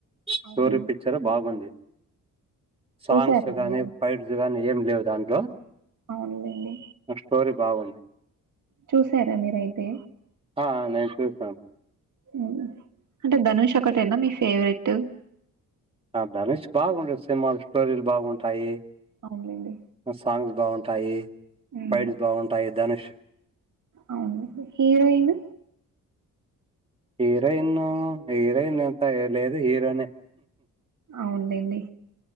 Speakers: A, on the right; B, on the right.
A: స్టోరీ
B: అవునండి
A: పిక్చర్ బాగుంది సాంగ్స్
B: చూసారా
A: గగానే
B: మీరు
A: ఫైట్స్ గాన ఏం లేవు దాంట్లో
B: అవునులేండి
A: స్టోరి బాగుంది
B: చూసారా మీరైతే
A: ఆ నేను చూసాను
B: అ అంటే ధనుష్ ఒకటేనా మీ ఫేవరెట్ ట్
A: ఆ దనుేష్ బాగుంటది సినిమా స్టోరీ బాగుంటాయి
B: అవునులేండి
A: ఆ సాంగ్స్ బాగుంటాయి
B: మ్.
A: ఫైట్స్ బాగుంటాయి ధనుష్
B: అవును హీరోయిన్
A: హీరోయిన్ హీరోయిన్ అంతా లేదు హీరోయినే
B: అవుంలేండి